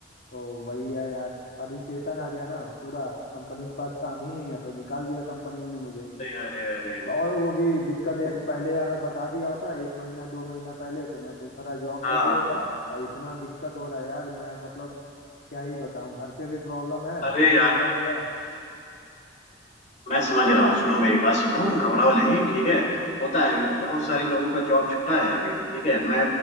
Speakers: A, on the left; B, on the left.
A: तो वही है यार और रिसेशन आ गया ना पूरा कंपनी के पास काम ही नहीं है तो निकाल दिया कंपनी ने मुझे
B: अरे अरे अरे
A: और वो भी दिक्कत है कि पहले अगर बता दिया होता एक महीना दो महीना पहले तो मैं दूसरा जॉब
B: हाँ
A: ढूंढ
B: हाँ,
A: लेता और इतना दिक्कत हो रहा है यार मैं मतलब क्या ही बताऊं घर पे भी प्रॉब्लम है
B: अरे
A: तुमको
B: यार
A: पता ही है
B: मैं समझ
A: तो
B: रहा हूँ सुनो मेरी बात सुनो घबराओ नहीं ठीक है होता है बहुत सारे लोगों का जॉब छूटा है अभी ठीक है मैं